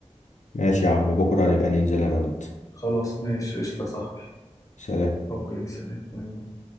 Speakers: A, on the left; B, on the left.
A: ماشي يا عم بكرة نبقى ننزل أنا وأنت
B: خلاص ماشي قشطة يا صاحبي
A: سلام
B: اوكي سلام باي باي.